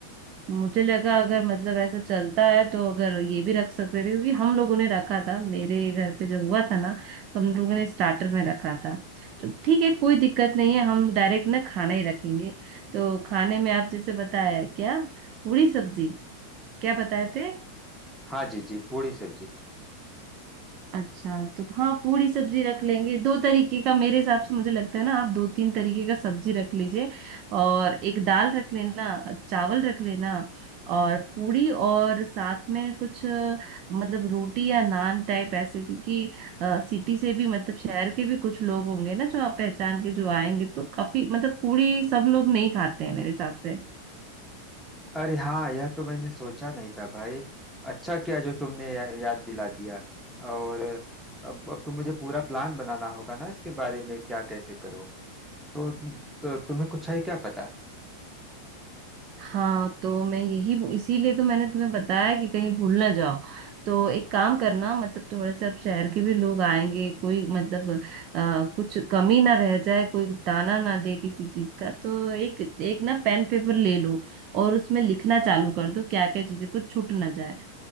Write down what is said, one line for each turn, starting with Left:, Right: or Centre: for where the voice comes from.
Right: मुझे लगा अगर मतलब ऐसा चलता है तो अगर ये भी रख सकते थे क्योंकि हम लोगों ने रखा था मेरे घर पे जब हुआ था ना तो हम लोगों
Centre: हम्म
Right: ने स्टार्टर में रखा था तो ठीक है कोई दिक्कत नहीं है हम डायरेक्ट ना खाना ही रखेंगे तो खाने में आप जैसे बताया क्या पूरी सब्जी क्या बताए थे
Centre: हाँ जी जी पूरी सब्जी
Right: अच्छा तो हाँ पूरी सब्जी रख लेंगे दो तरीके का मेरे हिसाब से मुझे लगता है ना आप दो तीन तरीके का सब्जी रख लीजिए और एक दाल रख लेना चावल रख लेना और पूरी और साथ में कुछ अ, मतलब रोटी या नान टाइप ऐसे क्योंकि अ, सिटी से भी मतलब शहर के भी कुछ लोग होंगे ना जो आप पहचान के जो आएंगे तो काफी मतलब पूरी सब लोग नहीं खाते हैं मेरे हिसाब से
Centre: अरे हाँ यह तो मैंने सोचा नहीं था भाई अच्छा किया जो तुमने या, याद दिला दिया और अब अब तो मुझे पूरा प्लान बनाना होगा ना इसके बारे में क्या कैसे करो तो, तो तुम्हें कुछ है क्या पता
Right: हाँ तो मैं यही इसीलिए तो मैंने तुम्हें बताया कि कहीं भूल ना जाओ तो एक काम करना मतलब थोड़े से अब शहर के भी लोग आएंगे कोई मतलब अ, कुछ कमी ना रह जाए कोई ताना ना दे किसी चीज का तो एक एक ना पेन पेपर ले लो और उसमें लिखना चालू कर दो क्या क्या चीजें कुछ छूट ना जाए